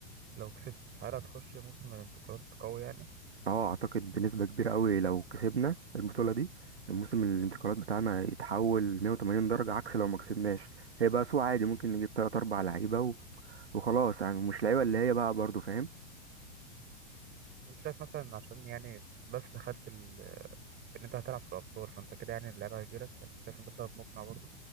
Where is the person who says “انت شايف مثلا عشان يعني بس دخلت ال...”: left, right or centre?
Right